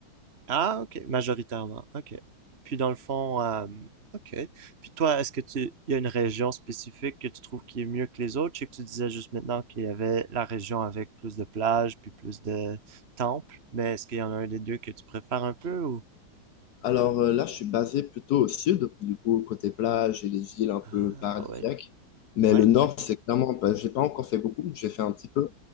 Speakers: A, on the right; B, on the left.
A: Ah, ok, majoritairement, ok. Puis dans le fond, euh, ok. Puis toi, est-ce que tu, il y a une région spécifique que tu trouves qui est mieux que les autres? Je sais que tu disais juste maintenant qu'il y avait la région avec plus de plages, puis plus de temples, mais est-ce qu'il y en a un des deux que tu préfères un peu ou?
B: Alors euh, là, je suis basé plutôt au sud, du coup, côté plage et les îles un peu
A: Ah,
B: paradisiaques.
A: ouais,
B: Mais
A: ouais,
B: le nord,
A: ouais.
B: c'est clairement, bah, j'ai pas encore fait beaucoup, j'ai fait un petit peu.